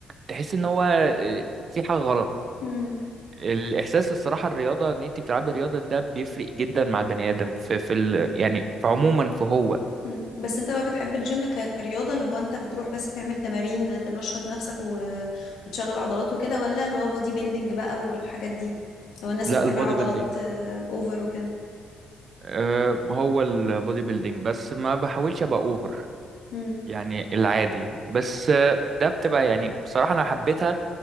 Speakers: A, on the right (about 50°); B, on the left (about 80°).
A: تحس ان هو آه، في حاجه غلط
B: مم.
A: الاحساس الصراحه الرياضه ان انت بتلعبي رياضه ده بيفرق جدا مع البني ادم في في ال يعني في عموما في هو
B: مم. بس انت بقى بتحب الجيم ك... كرياضة اللي هو انت بتروح بس تعمل تمارين تنشط نفسك و... وتشغل عضلات وكده ولا اللي هو بودي بيلدينج بقى والحاجات دي اللي هو الناس
A: لا
B: اللي بتعمل
A: البودي
B: عضلات
A: بيلدينج
B: آه، اوفر وكده
A: أه هو البودي بيلدينج بس ما بحاولش ابقى اوفر
B: امم
A: يعني العادي بس آه، ده بتبقى يعني بصراحه انا حبيتها